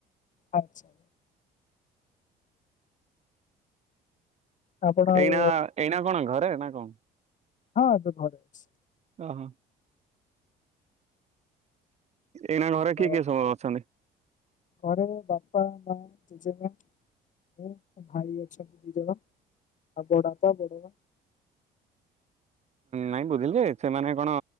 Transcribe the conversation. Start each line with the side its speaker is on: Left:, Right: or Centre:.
Left: ଆଚ୍ଛା। ଆପଣ ଆଉ
Right: ଏଇନା, ଏଇନା କଣ ଘରେ ନା କଣ?
Left: ହଁ, ଏବେ ଘରେ ଅଛି।
Right: ଅ ହଁ। ଏଇନା ଘରେ କିଏ
Left: ଆଉ
Right: କିଏ ସବୁ ଅଛନ୍ତି?
Left: ଘରେ ବାପା, ମାଁ, ଜେଜେ ମାଁ, ମୁଁ, ମୋ ଭାଇ ଅଛନ୍ତି ଦି ଜଣ, ଆଉ ବଡବାପା, ବଡ ମା। <inaudible>
Right: ନାଇଁ ବୁଝିଲି ଯେ, ସେମାନେ କଣ